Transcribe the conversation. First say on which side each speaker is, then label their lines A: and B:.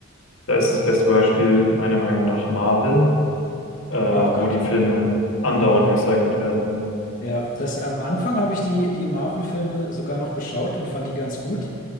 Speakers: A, on the left (about 75°); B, on the left (about 40°).
A: Da ist das beste Beispiel meiner Meinung nach Marvel, äh, wo
B: Ach Gott,
A: die Filme
B: ja.
A: andauernd recycelt werden.
B: Ja, das am Anfang habe ich die, die Marvel-Filme sogar noch geschaut und fand die ganz gut.